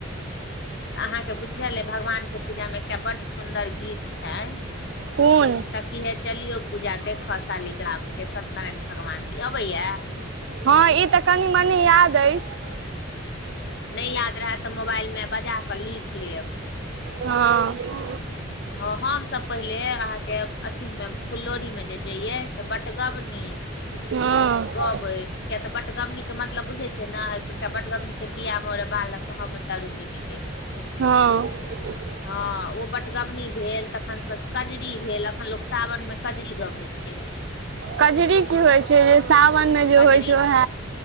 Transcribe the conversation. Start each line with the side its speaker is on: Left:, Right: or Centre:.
Left: तऽ अहाँके बुझल अइ भगवानके पूजामे एकटा बड्ड सुन्दर गीत छनि स
Right: कोन
Left: सखी हे चलियौ पूजा देखऽ शालीग्रामके सत्यनारायण भगवान के ई अबैय
Right: हँ ई तऽ कनि मनी याद अछि
Left: नहि याद रहत तऽ मोबाइलमे बजा कऽ लिख लेब
Right: हँ
Left: ह हमसभ पहिले अहाँके अथी मे फुल्लोरी मे जे जइये से बटगबनी
Right: हँ
Left: गबैत किया तऽ बटगबनी के मतलब बुझे छिय ने एकटा बटगमनी छै पिया मोर बालक हम तरूनी गे
Right: हँ
Left: हँ ओ बटगबनी भेल तखन सब कजरी भेल अखन लोग सावन मे कजरी गबै छै
Right: कजरी की होइ छै सावनमे जे
Left: कजरी
Right: होइ छै उएह